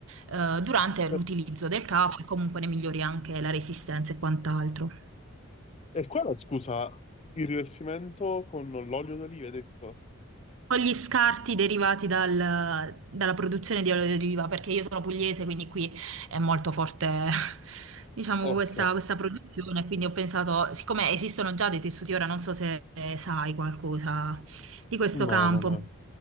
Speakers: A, on the right; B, on the left.
A: eh, durante l'utilizzo
B: E
A: del capo e comunque ne migliori anche la resistenza e quant'altro.
B: e qua la scusa, il rivestimento con l'olio d'oliva, hai detto?
A: Poi gli scarti derivati dal- dalla produzione di olio di oliva, perché io sono pugliese, quindi qui è molto forte, <laughs> diciamo,
B: Ok,
A: questa, questa produzione, quindi ho pensato, siccome esistono già dei tessuti, ora non so se sai qualcosa di questo
B: no,
A: campo,
B: non è,